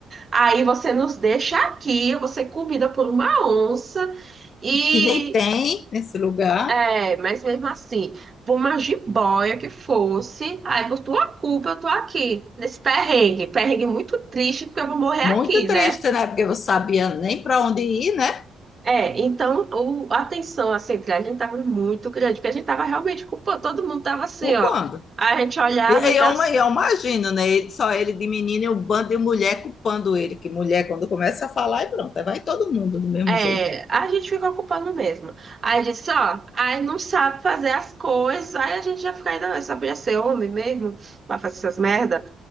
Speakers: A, on the right; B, on the left.
A: Aí você nos deixa aqui, eu vou ser comida por uma onça. E,
B: que nem tem nesse lugar.
A: é, mas mesmo assim, por uma jiboia que fosse, aí por tua culpa eu tô aqui, nesse perrengue, perrengue muito triste, porque eu vou morrer
B: Muito
A: aqui,
B: triste,
A: né?
B: né? Porque você sabia nem para onde ir, né?
A: É, então o- a tensão assim, entre a gente tava muito grande, porque a gente tava realmente culpando, todo mundo tava assim,
B: Culpando.
A: ó. Aí A gente olhava
B: E e
A: já
B: eu,
A: assim,
B: ima- eu imagino, né? Ele, só ele de menino e o bando de mulher culpando ele, que mulher, quando começa a falar, é pronto, aí vai todo mundo do mesmo
A: é,
B: jeito.
A: a gente ficou culpando mesmo. Aí disse, ó, aí não sabe fazer as coisas, aí a gente já fica ainda, "Não, só podia ser homem mesmo, pra fazer essas merda.